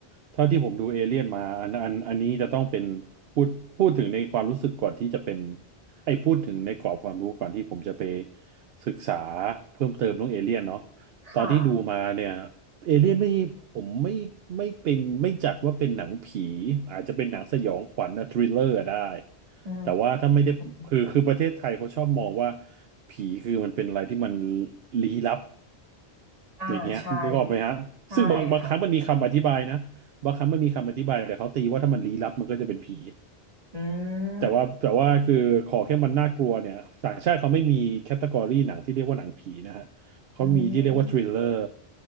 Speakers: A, on the right; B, on the right.
A: เท่าที่ผมดูเอเลี่ยนมาอันอันอันนี้จะต้องเป็นพูดพูดถึงในความรู้สึกก่อนที่จะเป็นไอ้พูดถึงในกรอบความรู้ก่อนที่ผมจะไปศึกษาเพิ่มเติมเรื่องเอเลี่ยนเนาะ
B: ค่ะ
A: ตอนที่ดูมาเนี่ยเอเลี่ยนไม่ผมไม่ไม่เป็นไม่จัดว่าเป็นหนังผีอาจจะเป็นหนังสยองขวัญนะทริลเลอร์ได้
B: อื
A: แต่ว่าถ้าไม่ได้คือคือประเทศไทยเขาชอบมองว่า
B: ม
A: ผีคือมันเป็นอะไรที่มันลี้ลับ
B: อ่าใช่
A: อย่างเงี้ยนึกออกไหมฮะซึ่งบางบางครั้งมันมีคำอธิบายนะบางครั้งมันมีคำอธิบายแต่เขาตีว่าถ้ามันลี้ลับมันก็จะเป็นผี
B: ใช่ค่ะอื
A: แต่ว่าแต่ว่าคือขอแค่มันน่ากลัวเนี่ยต่างชาติเขาไม่มีแคตตากรีหนังที่เรียกว่าหนังผีนะฮะเขามีที่เรียกว่าทริลเลอร์
B: ม อืม